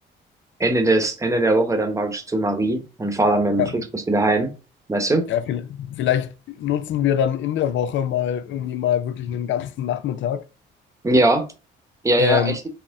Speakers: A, on the right; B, on the left.
A: Ende des, Ende der Woche dann praktisch zu Marie und fahre dann mit dem
B: Ja,
A: Flixbus wieder heim. Weißt du?
B: ja, vielleicht, vielleicht nutzen wir dann in der Woche mal irgendwie mal wirklich einen ganzen Nachmittag.
A: Ja, ja,
B: Ähm,
A: ja. Ich,